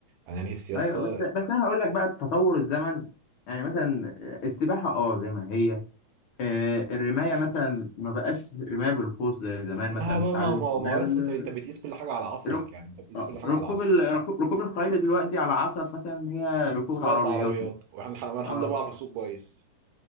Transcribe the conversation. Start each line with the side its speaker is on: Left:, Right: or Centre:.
Right: أنا نفسي يا
Left: ايوه
Right: اسطى
Left: بس بس انا هقول لك بقى تطور الزمن يعني مثلا السباحه اه زي ما هي آه، الرمايه مثلا ما بقاش رمايه بالقوس زي زمان
Right: ما
Left: مثلا
Right: بقى
Left: تتعلم
Right: ما ما ما هو
Left: الرمايه
Right: يا
Left: بال
Right: اسطى أنت أنت بتقيس كل حاجة على عصرك
Left: رك-
Right: يعني أنت بتقيس
Left: آه،
Right: كل حاجة
Left: ركوب
Right: على عصرك
Left: ال... ركوب الخيل دلوقتي على عصف مثلا هي ركوب العربيات
Right: دلوقتي العربيات وإحنا الح- أنا الحمد
Left: اه
Right: لله بعرف أسوق كويس